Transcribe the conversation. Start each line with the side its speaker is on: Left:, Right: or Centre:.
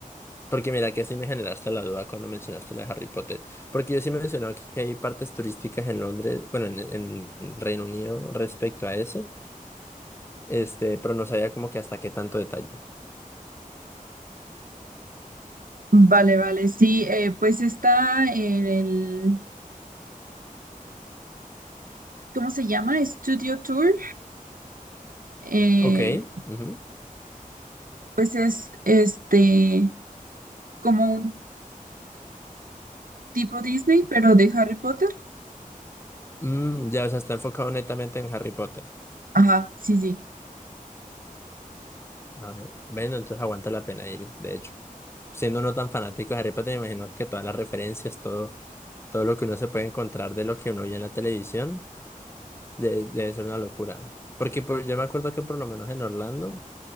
Left: Porque mira que sí me generaste la duda cuando mencionaste la de Harry Potter. Porque yo sí mencionaba que hay partes turísticas en Londres, bueno, en, en Reino Unido respecto a eso, este, pero no sabía como que hasta qué tanto detalle.
Right: Vale, vale, sí, eh, pues está en el ¿cómo se llama? Studio Tour. Eh,
Left: Ok. ujú.
Right: pues es este como un tipo Disney, pero de Harry Potter.
Left: Mm, ya, o sea, está enfocado netamente en Harry Potter.
Right: Ajá, sí, sí.
Left: Ah, bueno, entonces aguanta la pena ir, de hecho. Siendo uno tan fanático de Harry Potter, me imagino que todas las referencias, todo, todo lo que uno se puede encontrar de lo que uno oye en la televisión, de- debe ser una locura. Porque por- yo me acuerdo que por lo menos en Orlando,